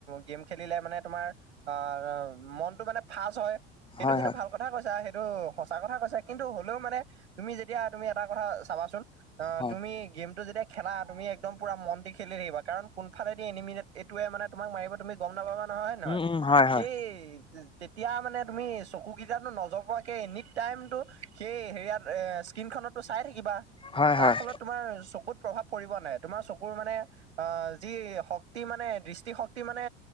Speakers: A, on the right; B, on the left.
A: গেম খেলিলে মানে তোমাৰ- আহ মনটো মানে ফাৰষ্ট্ৰ হয়। সেইটো
B: হয়
A: কিন্তু
B: হয়
A: ভাল- কথা কৈছা, সেইটো সঁচা কথা কৈছা, কিন্তু হলেও মানে তুমি যেতিয়া তুমি এটা কথা চাবাচোন- অ
B: হয়
A: তুমি গেমটো যেতিয়া- খেলা তুমি একদম পুৰা মন দি খেলি থাকিবা কাৰণ কোনফালেদি এনিমিনেট এইটোৱে মানে তোমাক মাৰিব- তুমি গম নাপাবা নহয় হয় নহয়।
B: উম উম হয় হয়
A: সেই- তেতিয়া মানে তুমি চকু কেইটা নজপোৱাকে এনি টাইমটো সেই হেৰিয়াত এ- টিনখনতো চাই থাকিবা
B: হয়
A: তাৰ
B: হয়
A: ফলত তোমাৰ চকুত প্ৰভাৱ পৰিব নে নাই, তোমাৰ চকুৰ মানে অ যি শক্তি মানে দৃষ্টি শক্তি মানে